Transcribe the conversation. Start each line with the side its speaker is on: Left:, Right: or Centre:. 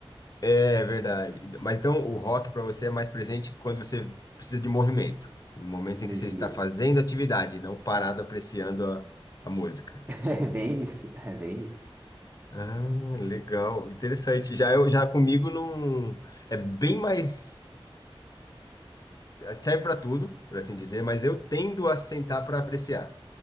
Left: É verdade. Mas então o rock para você é mais presente quando você precisa de movimento, em momentos
Right: Energia.
Left: em que você está fazendo
Right: <laughs>
Left: atividade, não parado apreciando a, a música.
Right: É bem isso, é bem isso.
Left: Ah, legal, interessante. Já eu já comigo não é bem mais serve para tudo, por assim dizer, mas eu tendo a sentar para apreciar.